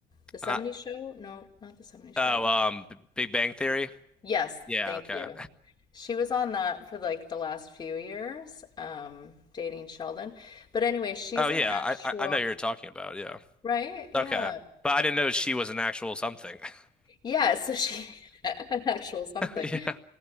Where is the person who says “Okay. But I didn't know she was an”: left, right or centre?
Centre